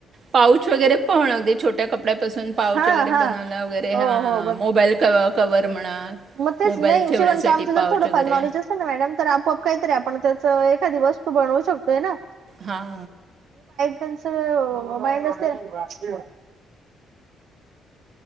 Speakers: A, on the right; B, on the right.
A: पाऊच वगैरे, पव लाग छोट्या कप कपड्यापसून पाउच
B: हा
A: वगैरे
B: हा
A: बनवला वगैरे
B: हो हो बर
A: मोबाईल क कववर म्हणा
B: मग तेच
A: मोबाईल
B: नाही
A: ठेवण्यासाठी
B: शिवणकामचं
A: पाऊच
B: जर थोडंफार
A: वगैरे
B: नॉलेज असेल ना मॅडम तर आपआप काहीतरी आपण त्याचं एक एखादी वस्तू बनवू शकतोय ना.
A: हा.
B: त्यांच माइंड असतील <unintelligible>